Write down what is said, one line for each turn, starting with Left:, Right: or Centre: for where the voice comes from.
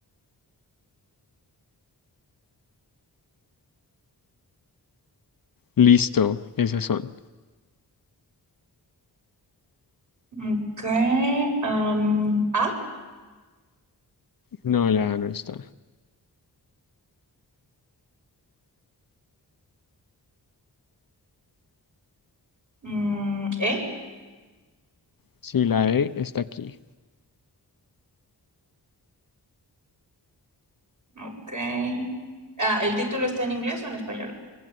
Left: Listo, esas son.
Right: Ok. am, A.
Left: No, la A no está.
Right: Mm, E.
Left: Sí, la E está aquí.
Right: Ok. Ah, ¿el título está en inglés o en español?